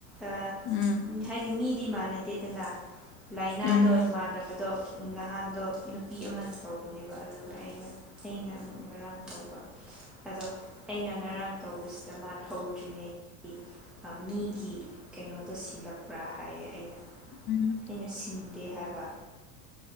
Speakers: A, in the centre; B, on the left.
A: ꯑꯥ
B: ꯎꯝ
A: ꯍꯥꯏꯗꯤ ꯃꯤꯗꯤ ꯃꯥꯟꯅꯗꯦꯗꯅ ꯂꯥꯏꯅꯥꯗꯣ
B: ꯎꯝ
A: ꯃꯥꯟꯅꯕꯗꯣ ꯅꯍꯥꯟꯗꯣ ꯅꯨꯄꯤ ꯑꯃꯅ ꯇꯧ ꯅꯦꯕ ꯑꯗꯨꯒ ꯑꯩꯅ ꯑꯩꯅ ꯑꯃꯨꯛ ꯉꯔꯥꯡ ꯇꯧꯕ ꯑꯗꯣ ꯑꯩꯅ ꯉꯔꯥꯡ ꯇꯧꯕꯁꯤꯗ ꯃꯥꯅ ꯍꯧꯗ꯭ꯔꯤꯉꯩꯒꯤ ꯑꯥ ꯃꯤꯒꯤ ꯀꯩꯅꯣꯗꯣ ꯁꯤꯜꯂꯛꯄ꯭ꯔꯥ ꯍꯥꯏꯌꯦ ꯑꯩꯅ
B: ꯎꯝ
A: ꯑꯩꯅ ꯁꯤꯟꯗꯦ ꯍꯥꯏꯕ